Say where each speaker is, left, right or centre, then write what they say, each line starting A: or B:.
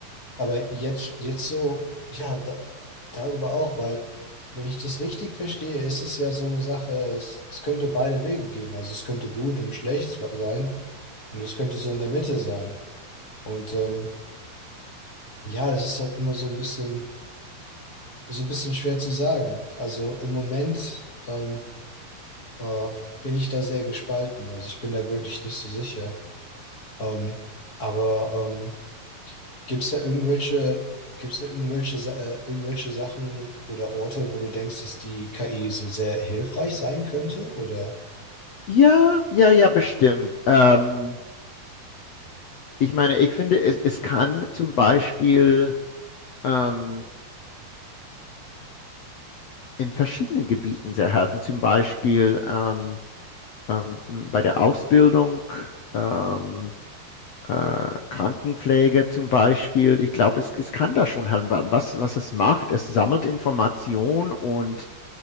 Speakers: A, on the left (about 25°); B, on the left (about 70°).
A: aber jetzt, jetzt so, ja, da, darüber auch, weil wenn ich das richtig verstehe, ist es ja so eine Sache, es, es könnte beide Wege gehen. Also es könnte gut und schlecht sein und es könnte so in der Mitte sein. Und ähm, ja, das ist halt immer so ein bisschen, so ein bisschen schwer zu sagen. Also im Moment ähm, äh, bin ich da sehr gespalten. Also ich bin da wirklich nicht so sicher. Ähm, aber ähm, gibt es da irgendwelche, gibt's da irgendwelche, Sa- äh, irgendwelche Sachen oder Orte, wo du denkst, dass die KI so sehr hilfreich sein könnte? Oder?
B: Ja, ja, ja, bestimmt. Ähm, ich meine, ich finde, es, es kann zum Beispiel ähm, in verschiedenen Gebieten sehr helfen, zum Beispiel ähm, ähm, bei der Ausbildung. Ähm, äh, Krankenpflege zum Beispiel. Ich glaube, es, es kann da schon halt wa- was, was es macht. Es sammelt Information und